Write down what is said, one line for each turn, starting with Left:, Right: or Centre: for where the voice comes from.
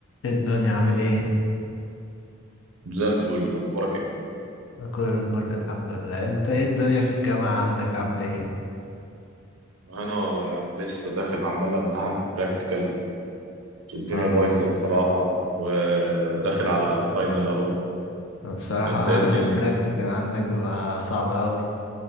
Left: إيه الدنيا عامل ايه؟
Right: زي الفل اخبارك ايه
Left: أنا كله فل الحمد لله انت ايه الدنيا في الجامعة عندك عامل ايه؟
Right: انا لسه داخل عمال امتحن في براكتيكال والدنيا
Left: اه
Right: بايظه بصراحه وداخل على فاينل اهو
Left: أنا بصراحة
Right: انت
Left: انا
Right: ايه
Left: عارف
Right: الدنيا
Left: البراكتيكال عندك بيبقى صعب اوي